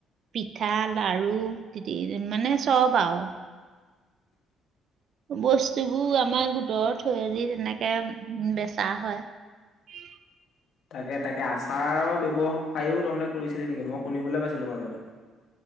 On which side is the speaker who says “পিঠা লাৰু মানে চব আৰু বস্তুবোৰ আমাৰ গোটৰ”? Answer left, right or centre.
Right